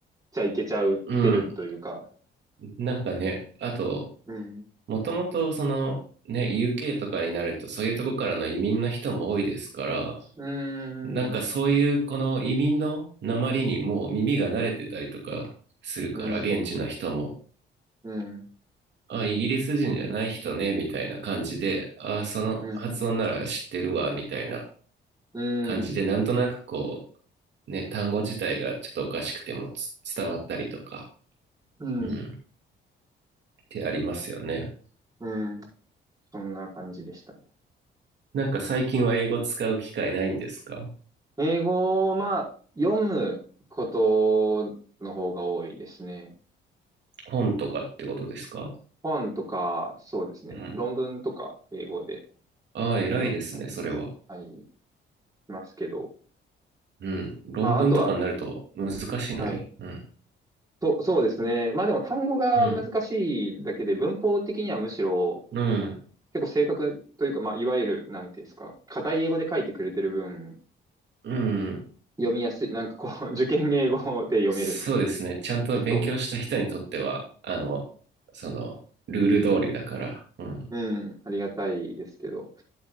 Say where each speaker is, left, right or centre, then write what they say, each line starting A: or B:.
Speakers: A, on the right; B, on the right.
A: じゃいけちゃうってるというか。
B: うん。なんかね、あと、
A: うん、
B: もともとそのね、UK とかになるとそういうとこからの移民の人も多いですから、
A: うん、
B: なんかそういうこの移民の訛りにもう耳が慣れてたりとかするから現地の人も、
A: うん、うん、うん、
B: あ、イギリス人じゃない人ね、みたいな感じで、あ、その発音なら知ってるわ、
A: うん、
B: みたいな
A: う
B: 感じで、なんとなくこう、ね、単語自体がちょっとおかしくてもつ伝わったりとか、
A: ん、
B: うん、ってありますよね。
A: うん、そんな感じでしたね。
B: なんか最近は英語使う機会ないんですか
A: 英語を、まあ、読むことの方が多いですね。
B: 本とかってことですか
A: 本とか、そうですね。
B: うん。
A: 論文とか、英語で
B: ああ、偉いですね、
A: 読んだり。
B: それは。
A: はい。ますけど。
B: うん。論文とかになると難しいのに。
A: まあ、あとは、はい。
B: うん。
A: と、そうですね。まあでも単語が難しいだけで、
B: うん、
A: 文法的にはむしろ、
B: うん、
A: 結構正確というか、まあ、いわゆる、なんていうんですか、硬い英語で書いてくれてる分、
B: うん。
A: 読みやすい、なんかこう、<laughs> 受験英語で読める。
B: そうですね。ちゃんと勉強した人にとっては、
A: そ
B: あの、その、ルール通りだから。うん。
A: う。うん、ありがたいですけど。